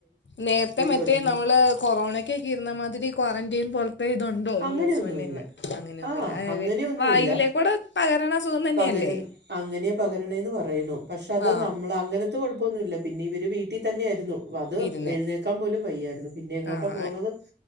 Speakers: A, on the left; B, on the right.
A: നേരത്തെ മറ്റേ
B: തുടങ്ങി
A: നമ്മള് കൊറോണ ക്കൊക്കെ ഇര്ന്നമാതിരി ക്വാറന്റൈൻ പോലത്തെ ഇതു ണ്ടോ?
B: അങ്ങനെയൊന്നുമില്ല
A: ഈ എച്ച് വൺ എൻ വൺ, അങ്ങനെയൊന്നുമില്ല
B: ആ അങ്ങനെയൊന്നുമില്ല
A: വായുവിലേക്കൂടെ പകരണ അസുഖം തന്നെയല്ലേ.
B: പകര അങ്ങനെ പകരണന്ന് പറയണു പക്ഷെ അത്
A: ആ
B: നമ്മൾ അങ്ങനെ. ത്തൊ കുഴപ്പൊന്നുല്ല, പിന്നെ ഇവര് വീട്ടീ തന്നെ ആയിരുന്നു. അത്
A: ഇരുന്നേ
B: എഴുന്നേക്കാൻ പോലും വയ്യായിരുന്നു, പിന്നെ എങ്ങോട്ടാ
A: ആ
B: പോണത്.
A: ആ.